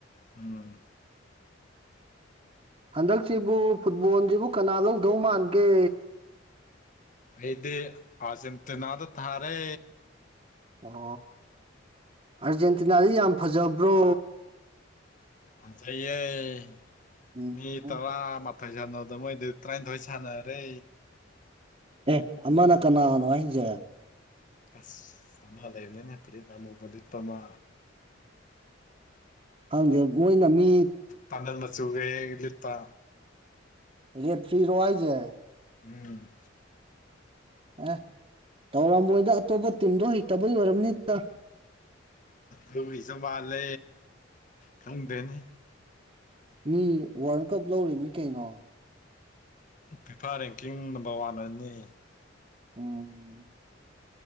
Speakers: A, on the left; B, on the right.
A: ꯎꯝ
B: ꯍꯟꯗꯛꯁꯤꯕꯨ ꯐꯨꯠꯕꯣꯜꯁꯤꯕꯨ ꯀꯅꯥ ꯂꯧꯗꯧ ꯃꯥꯟꯒꯦ
A: ꯑꯩꯗꯤ ꯑꯥꯔꯖꯦꯟꯇꯤꯅꯥꯗ ꯊꯥꯔꯦ
B: ꯑꯣ ꯑꯥꯔꯖꯦꯟꯇꯤꯅꯥꯗꯤ ꯌꯥꯝ ꯐꯖꯕ꯭ꯔꯣ
A: ꯐꯖꯩꯩ
B: ꯎꯝ
A: ꯃꯤ ꯇꯔꯥ ꯊꯣꯏ ꯁꯥꯟꯅꯕꯗ ꯃꯣꯏꯗꯤ ꯇꯔꯥꯅꯤꯊꯣꯏ ꯁꯥꯟꯅꯔꯦ
B: ꯑꯦ ꯑꯃꯅ ꯀꯅꯥꯅꯣ ꯍꯥꯏꯁꯦ
A: ꯑꯁ ꯑꯃ ꯂꯩꯕꯅꯤꯅꯦ ꯐꯨꯔꯤꯠ ꯑꯃꯨꯕ ꯂꯤꯠꯄꯃ
B: ꯈꯪꯗꯦ ꯃꯣꯏꯅ ꯃꯤ
A: ꯇꯟꯇꯟ ꯃꯆꯨꯒ ꯍꯦꯛ ꯂꯤꯠꯕ
B: ꯔꯦꯐ꯭ꯔꯤ ꯔꯣ ꯍꯥꯏꯁꯦ
A: ꯎꯝ
B: ꯑꯦ ꯇꯧꯔꯃꯣꯏꯗ ꯑꯇꯣꯞꯄ ꯇꯤꯝꯗꯣ ꯍꯩꯇꯕꯩ ꯑꯣꯏꯔꯝꯅꯤꯗ
A: ꯑꯗꯨꯒꯤꯁꯨ ꯃꯥꯜꯂꯦ ꯈꯪꯗꯦꯅꯦ
B: ꯃꯤ ꯋꯥꯔꯜ ꯀꯞ ꯂꯧꯔꯤꯅꯤ ꯀꯩꯅꯣ
A: ꯐꯤꯐꯥ ꯔꯦꯡꯀꯤꯡ ꯅꯝꯕꯔ ꯋꯥꯟ ꯑꯣꯏꯅꯤ
B: ꯎꯝ